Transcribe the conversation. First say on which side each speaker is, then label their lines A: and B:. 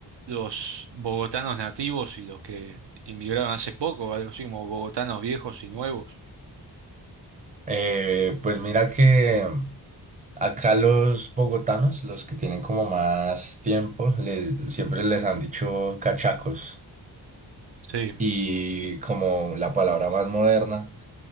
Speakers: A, on the right; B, on the right.
A: los bogotanos nativos y los que inmigraron hace poco, algo así como bogotanos viejos y nuevos.
B: Eh, pues mira que acá los bogotanos, los que tienen como más tiempo, les, siempre les han dicho cachacos.
A: Sí.
B: Y como la palabra más moderna